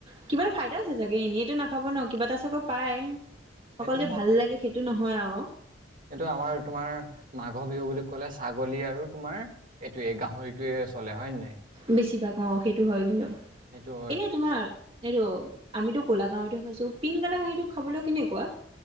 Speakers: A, on the right (about 30°); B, on the right (about 45°).
A: কিবা এটা ফাইদা আছে চাগে এনেইটো নাখাব ন কিবা এটা চাগে পায়।
B: সেইটো
A: অকল যে ভাল লাগে সেইটো নহয় আও।
B: এইটো আমাৰ তোমাৰ মাঘৰ বিহু বুলি ক'লে ছাগলী আৰু তোমাৰ', এইটোৱে গাহৰিটোৱে চলে হয় নে',
A: বেছি ভাগ অহ', সেইটো হয় কিন্তু
B: সেইটো হয়
A: এনেই তোমাৰ', এইটো আমিতো ক'লা গাহৰিতো খাইছোঁ, পিংক কালাৰ গাহৰিটো খাবলৈ কেনেকুৱা?